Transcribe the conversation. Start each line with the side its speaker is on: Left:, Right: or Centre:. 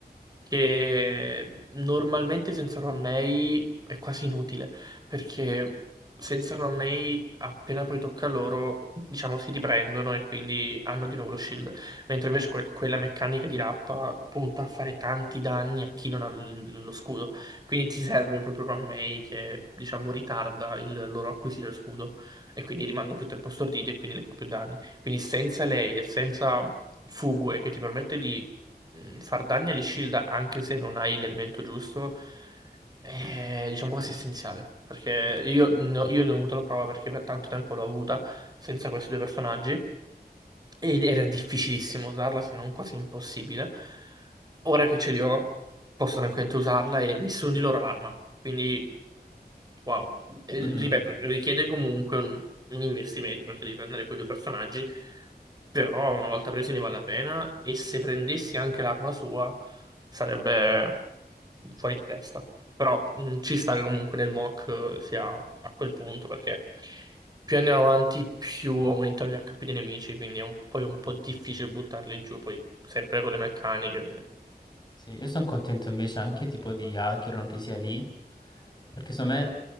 Right: che normalmente senza Romei è quasi inutile, perché senza Romei appena poi tocca a loro, diciamo, si riprendono e quindi hanno di nuovo lo shield, mentre invece que- quella meccanica di Rappa punta a fare tanti danni a chi non ha l- lo scudo, quindi ti serve proprio Romei che, diciamo, ritarda il loro acquisire lo scudo e quindi rimangono più tempo storditi e quindi le fa più danni. Quindi senza lei e senza Fugue che ti permette di mh, far danni alle shield anche se non hai l'elemento giusto è diciamo quasi essenziale. Perché io, no- io ne ho avuto la prova perché per tanto tempo l'ho avuta senza questi due personaggi ed era difficilissimo usarla se non quasi impossibile. Ora che ce li ho posso tranquillamente usarla e nessuno di loro ha l'arma. Quindi wow. E,
Left: Mhm.
Right: ripeto, richiede comunque un, un investimento perché devi prendere quei due personaggi. Però una volta preso ne vale la pena e se prendessi anche l'arma sua sarebbe fuori di testa. Però mh, ci sta che comunque nel mock eh, sia a quel punto perché più andiamo avanti più aumentano gli HP dei nemici, quindi è un, poi un po' difficile buttarli giù, poi sempre con le meccaniche. quindi.
Left: Sì, io sono contento invece anche tipo di Acheron che sia lì, perché secondo me